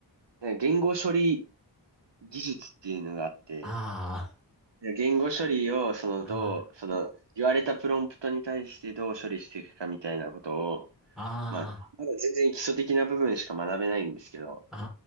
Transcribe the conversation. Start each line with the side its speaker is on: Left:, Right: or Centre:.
Right: 言語処理技術っていうのがあって、
Centre: あ
Right: いや言語処理を、その、
Centre: あ、
Right: どう、
Centre: あ
Right: その、言われたプロンプトに対してどう処理していくかみたいなことを、
Centre: あ、
Right: まあ、まだ全然基礎的な部分しか学べないんですけど、
Centre: ああ、